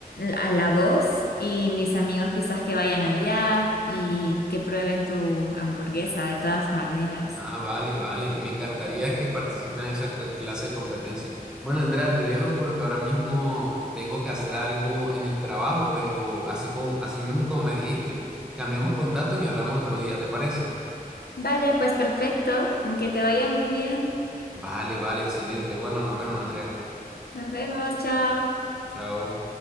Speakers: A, on the left (about 85°); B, in the centre.
A: a la voz y mis amigos quizás que vayan allá y que prueben tu hamburguesa de todas maneras.
B: Ah, vale, vale. Me encantaría que participen en esa co- clase de competencia. Bueno, Andrea, te dejo porque ahora mismo tengo que hacer algo en el trabajo, pero así como, así mismo como me dijiste, cambiamos contactos y hablamos otro día, ¿te parece?
A: Vale, pues perfecto, que te vaya muy bien.
B: Vale, vale, excelente. Bueno, nos vemos, Andrea.
A: Nos vemos, chao.
B: Chao.